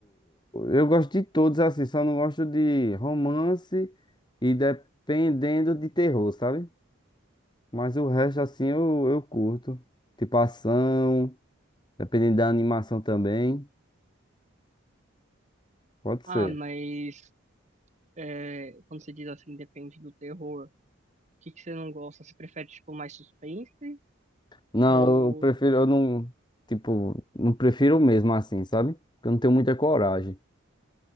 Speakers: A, on the left (about 20°); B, on the right (about 35°).
A: Eu gosto de todos, assim, só não gosto de romance e dependendo de terror, sabe? Mas o resto, assim, eu, eu curto. Tipo ação. Dependendo da animação também, pode
B: Ah,
A: ser.
B: mas é, quando você diz assim, depende do terror, o que que você não gosta? Você prefere, tipo, mais suspense?
A: Não,
B: Ou...
A: eu prefiro, eu não, tipo, não prefiro mesmo assim, sabe? Porque eu não tenho muita coragem